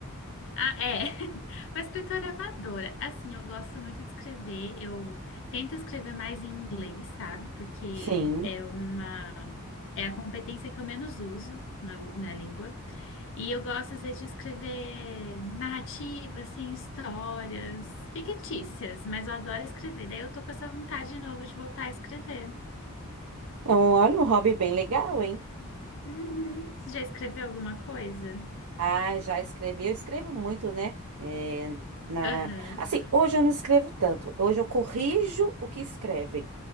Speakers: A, on the left (about 60°); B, on the right (about 70°).
A: Ah, é. <laughs> Uma escritora amadora. Assim, eu gosto muito de escrever. Eu tento escrever mais em inglês, sabe? Porque
B: Sim.
A: é uma. É a competência que eu menos uso na, na língua. E eu gosto, às vezes, de escrever narrativas, assim, histórias fictícias, mas eu adoro escrever. Daí eu tô com essa vontade de novo de voltar a escrever.
B: Então, olha um hobby bem legal, hein?
A: Uhum. Você já escreveu alguma coisa?
B: Ah, já escrevi. Eu escrevo muito, né? É, na...
A: Aham.
B: Assim, hoje eu não escrevo tanto. Hoje eu corrijo o que escrevem,